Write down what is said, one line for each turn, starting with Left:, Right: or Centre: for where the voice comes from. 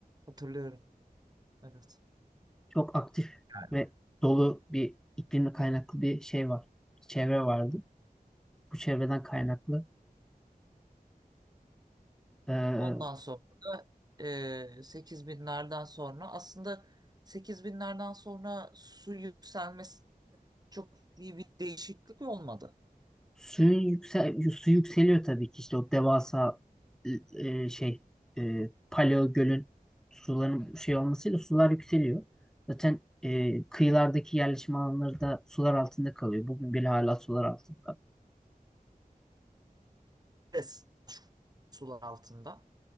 Right: Hatırlıyorum. Evet.
Centre: Çok aktif
Right: Yani
Centre: ve dolu bir iklimle kaynaklı bir şey var. Çevre vardı. Bu çevreden kaynaklı e,
Right: Ondan sonra da e, 8 binlerden sonra aslında 8 binlerden sonra su yükselmesi çok iyi bir değişiklik olmadı.
Centre: Suyun yüksel su yükseliyor tabii ki işte o devasa e, şey e, paleo gölün suların şey olmasıyla sular yükseliyor. Zaten e, kıyılardaki yerleşim alanları da sular altında kalıyor. Bugün bile hala sular altında.
Right: Res- Sular altında.